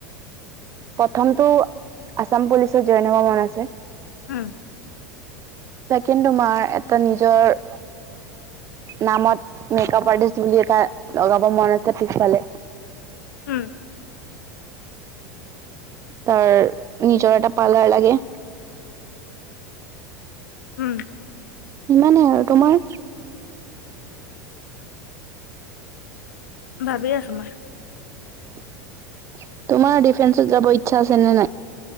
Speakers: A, on the right; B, on the left.
A: প্ৰথমতটো আচাম পুলিচত জইন হব মন আছে।
B: উম।
A: ছেকেণ টো তুমাৰ এটা নিজৰ নামত মেক কাপ আৰ্টিষ্ট বুলি এটা লগাব মন আছে পিছফালে।
B: উম
A: তাৰ নিজৰ এটা পাৰ্লাৰ লাগে।
B: উম।
A: ইমানে আৰু তোমাৰ?
B: ভাবি আছো মই
A: <inaudible> তোমাৰ ডিফেন্সত যাব ইচ্ছা আছে নে নাই?